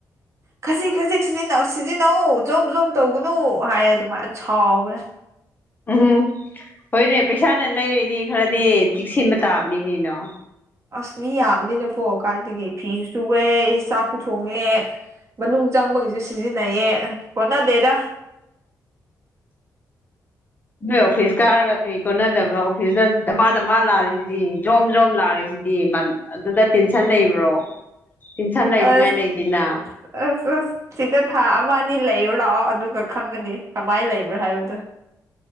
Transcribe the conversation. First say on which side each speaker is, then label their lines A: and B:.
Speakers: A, on the right (about 45°); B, on the left (about 25°).
A: ꯈꯖꯤꯛ ꯈꯖꯤꯛ ꯁꯤꯖꯤꯟꯅꯧ ꯁꯤꯖꯤꯟꯅꯧ ꯖꯣꯝ ꯖꯣꯝ ꯇꯧꯒꯅꯨ ꯍꯥꯏꯌꯦ ꯑꯗꯨꯃꯥꯏꯅ ꯁꯥꯎꯕꯅꯦ
B: ꯎꯝꯍꯝ ꯍꯣꯏꯅꯦ ꯄꯩꯁꯥꯅ ꯂꯩꯔꯤꯅꯤ ꯈꯔꯗꯤ ꯆꯤꯛꯁꯤꯟꯕ ꯇꯥꯕꯅꯤ ꯀꯩꯅꯣ
A: ꯑꯁ ꯃꯤ ꯌꯥꯝꯕꯅꯤꯅꯀꯣ ꯀꯥꯏꯗꯒꯤ ꯐꯤꯁꯨ ꯁꯨꯋꯦ ꯆꯥꯛꯁꯨ ꯊꯣꯡꯉꯦ ꯃꯅꯨꯡ ꯆꯪꯕꯒꯤꯁꯨ ꯁꯤꯖꯤꯟꯅꯩꯌꯦ ꯑꯦ ꯀꯣꯟꯅꯗꯦꯗ
B: ꯅꯣꯏ ꯑꯣꯐꯤꯁ ꯀꯥꯔꯒ ꯀꯔꯤ ꯀꯣꯟꯅꯗꯕ꯭ꯔ ꯑꯣꯐꯤꯁꯇ ꯗꯞꯕꯥ ꯗꯞꯕꯥ ꯂꯛꯔꯤꯁꯤꯗꯤ ꯖꯣꯝ ꯖꯣꯝ <unintelligible> ꯖꯤꯗꯤ ꯃꯥ ꯑꯗꯨꯗ ꯇꯦꯟꯁꯟ ꯂꯩꯕ꯭ꯔꯣ ꯇꯦꯟꯁꯟ ꯂꯩꯅꯤꯉꯥꯏ
A: ꯑꯁ
B: ꯂꯩꯇꯦꯅ
A: ꯑꯁ ꯑꯁ ꯁꯤꯗ ꯊꯥ ꯑꯃ ꯑꯅꯤ ꯂꯩꯔꯨ ꯂꯥꯛꯑꯣ ꯑꯗꯨꯒ ꯈꯪꯒꯅꯤ ꯀꯃꯥꯏꯅ ꯂꯩꯕ꯭ꯔꯥ ꯍꯥꯏꯕꯗꯣ